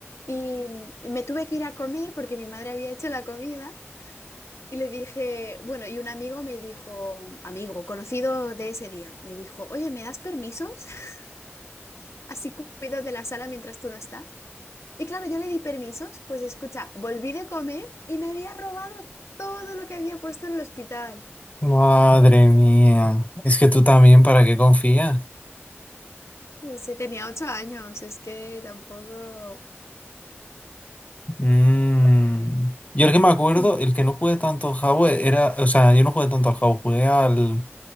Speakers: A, on the left; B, on the left.
A: Y mm, me tuve que ir a comer porque mi madre había hecho la comida. Y le dije, bueno, y un amigo me dijo, amigo, conocido de ese día, me dijo, oye, ¿me das permisos? <laughs> Así cu- cuido de la sala mientras tú no estás. Y claro, yo le di permisos, pues escucha, volví de comer y me había robado todo lo que había puesto en el hospital.
B: Madre mía. Es que tú también, ¿para qué confías?
A: No sé, tenía ocho años, es que tampoco...
B: Mm. Yo el que me acuerdo,
A: Mm.
B: el que no jugué tanto al Jabo era. O sea, yo no jugué tanto al Jabo, jugué al.